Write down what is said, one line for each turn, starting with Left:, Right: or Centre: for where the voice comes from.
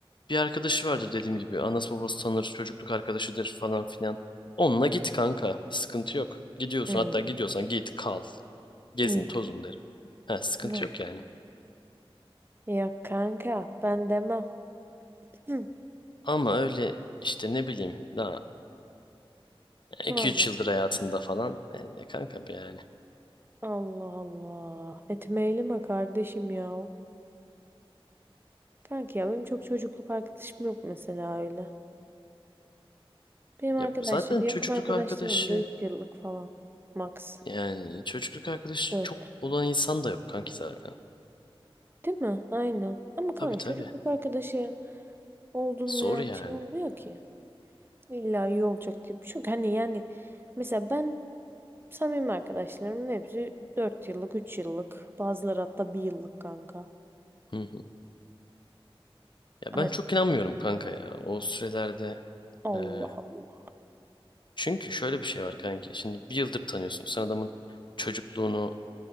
Left: bir arkadaşı vardır dediğim gibi. Anası babası tanır, çocukluk arkadaşıdır falan filan. Onunla git kanka. Sıkıntı yok. Gidiyorsun
Right: hı.
Left: hatta gidiyorsan git kal. Gezin
Right: Uy,
Left: tozun derim. Ha sıkıntı
Right: no.
Left: yok yani.
Right: Ya kanka ben demem. Hı,
Left: Ama öyle işte ne bileyim daha iki
Right: normal.
Left: üç yıldır hayatında falan. E, ne kanka be yani.
Right: Allah Allah. Etmeyelim mi kardeşim ya? Kanka ya benim çok çocukluk arkadaşım yok mesela öyle. Benim arkadaşlarım
Left: Ya zaten
Right: yakın
Left: çocukluk
Right: arkadaşlarım
Left: arkadaşı
Right: da 3 yıllık falan. Max.
Left: yani çocukluk arkadaşı
Right: Dört.
Left: çok olan insan da yok kanki zaten.
Right: Değil mi? Aynen. Ama kanka
Left: Tabii tabii.
Right: çocukluk arkadaşı oldum
Left: Zor
Right: yani
Left: yani.
Right: şey olmuyor ki. İlla iyi olacak diye bir şey yok. Hani yani mesela ben samimi arkadaşlarımın hepsi dört yıllık, üç yıllık. Bazıları hatta bir yıllık kanka.
Left: Hı. Ya
Right: Hani
Left: ben çok inanmıyorum kanka ya o sürelerde.
Right: Allah
Left: e,
Right: Allah.
Left: çünkü şöyle bir şey var kanka. Şimdi bir yıldır tanıyorsun. Sen adamın çocukluğunu,